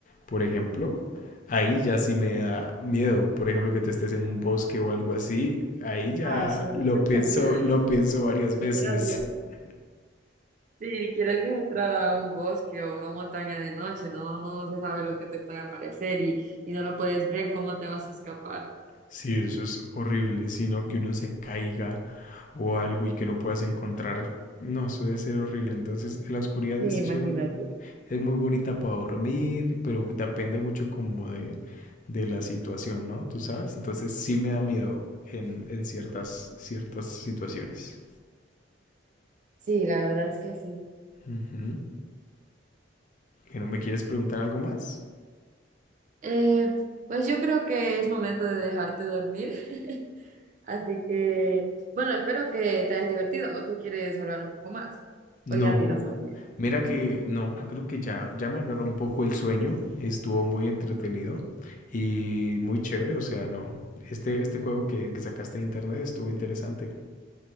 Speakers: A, on the left; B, on the right.
A: por ejemplo, ahí ya sí me da miedo. Por ejemplo, que te estés en un bosque o algo así, ahí
B: <laughs>
A: ya
B: Ay, sí,
A: lo
B: eso es
A: pienso,
B: terrible.
A: lo pienso varias
B: Ni
A: veces.
B: siquiera Dios.
A: <laughs>
B: Sí, ni siquiera Dios entrar a un bosque o una montaña de noche, no, no no se sabe lo que te puede aparecer y, y no lo puedes ver, cómo te vas a escapar.
A: Sí, eso es horrible, sino que uno se caiga o algo y que no puedas encontrar. No, eso debe ser horrible. Entonces, la oscuridad
B: Sí,
A: es
B: imagínate.
A: chévere, Es muy bonita para dormir, pero depende mucho como de, de la situación, ¿no? Tú sabes, entonces sí me da miedo en, en ciertas, ciertas situaciones.
B: Sí, la verdad es que sí.
A: Ujú. Bueno, ¿me quieres preguntar algo más?
B: Eh, pues yo creo que es momento de dejarte dormir, <laughs> así que, bueno, espero que te hayas divertido o tú quieres hablar un poco más o ya
A: No,
B: te irás a dormir.
A: mira que no, creo que ya, ya me agarró un poco el sueño, estuvo muy entretenido y muy chévere, o sea, no, este, este juego que, que sacaste de internet estuvo interesante,